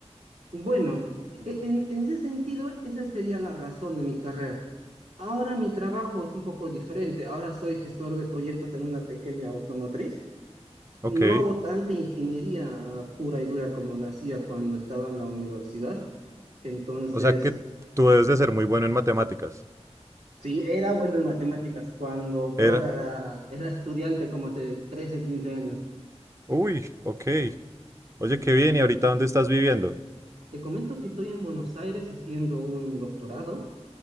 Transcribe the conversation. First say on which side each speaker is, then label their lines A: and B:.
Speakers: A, on the right (about 75°); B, on the right (about 25°).
A: Bueno, e- e, en, en ese sentido, esa sería la razón de mi carrera. Ahora mi trabajo es un poco diferente. Ahora soy gestor de proyectos en una pequeña automotriz.
B: Ok,
A: No hago tanta ingeniería ah, pura y dura como lo hacía cuando estaba en la universidad. Entonces,
B: o sea que tú debes de ser muy bueno en matemáticas.
A: sí, era bueno en matemáticas cuando otrora
B: Era.
A: era, era estudiante como hace trece quince años.
B: Uy, ok. Oye, qué bien. ¿Y ahorita dónde estás viviendo?
A: Te comento que estoy en Buenos Aires haciendo un doctorado